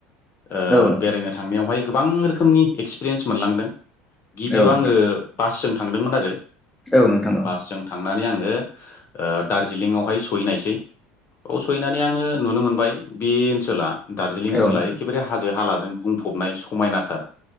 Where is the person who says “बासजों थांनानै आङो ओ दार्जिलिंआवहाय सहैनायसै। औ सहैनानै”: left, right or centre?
Left